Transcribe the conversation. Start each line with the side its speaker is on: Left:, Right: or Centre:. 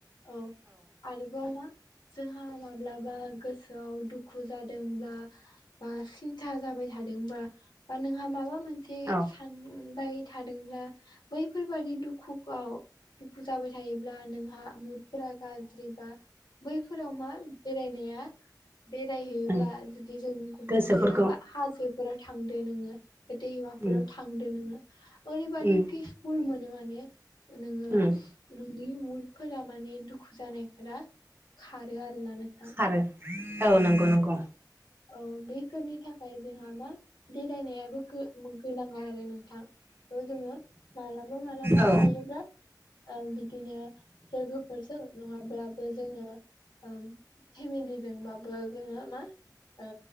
Left: औ आरोबाव मा जोंहा माब्लाबा गोसोआव दुखु जादोंब्ला बा सिन्था जाबाय थादोंबा बा नोंहा माबा मोन से
Right: औ
Left: सानबाय थादोंब्ला बैफोरबादि दुखु आव दुखु जाबाय थायोब्ला नोंहा मुदफोरा गाज्रि बा बैफोराव मा बेरायनाया बेराय हैयोब्ला
Right: उम
Left: जुदि जों गुबुन
Right: गोसोफोरखौ
Left: जायगा बा हाजोफोराव थांदो नोङो दैमाफोराव
Right: उम
Left: थांदो नोङो ओरैबादि
Right: उम
Left: पिसफुल मोनो माने नोङो
Right: उम
Left: नोंनि मुदफोरा माने दुखु जानायफोरा खारो आरोना नोंथां।
Right: आरो औ नंगौ नंगौ।
Left: औ बेफोरनि थाखाय जोंहा मा बेरायनायाबो गो गोनांङा आरो नोंथां। बेखौ जोङो मालाबा-मालाबा
Right: औ
Left: हायोब्ला ओं बिदिनो लोगोफोरजों नङाब्लाबो जोङो ओम फेमिलिजोंबाबो जोङो मा ओ